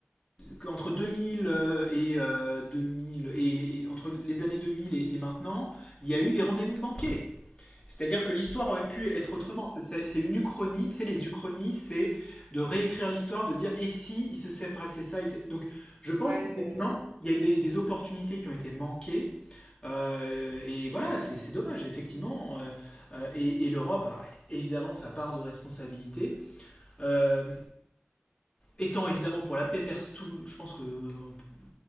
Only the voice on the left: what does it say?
qu'entre deux mille euh, et, euh, 2000 et, et entre les années 2000 et, et maintenant, il y a eu des rendez-vous manqués. C'est-à-dire que l'histoire aurait pu être autrement.
C'est c'est- c'est une uchronie. Tu sais, les uchronies, c'est de réécrire l'histoire, de dire et si il se serait passé ça. et c'est- Donc, je pense
qu'effectivement,
il y a eu des, des opportunités qui ont été manquées euh, et voilà, c'est c'est dommage, effectivement. Euh, euh, et et l'Europe a évidemment sa part de responsabilité. Euh, étant évidemment pour la paix, pers- tout- je pense que, euh, on peut-